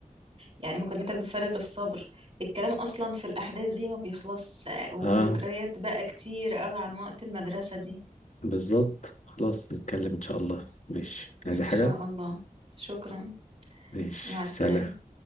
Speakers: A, on the right; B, on the left.
A: يعني مكالمتك بفارغ الصبر الكلام اصلا في الاحداث دي ما بيخلص وذكريات
B: اه
A: بقى كتير قوي عن وقت المدرسة دي
B: بالظبط خلاص نتكلم ان شاء الله ماشي عايز
A: ان
B: حاجة
A: شاء الله شكرا
B: ماشي
A: مع السلامة
B: سلام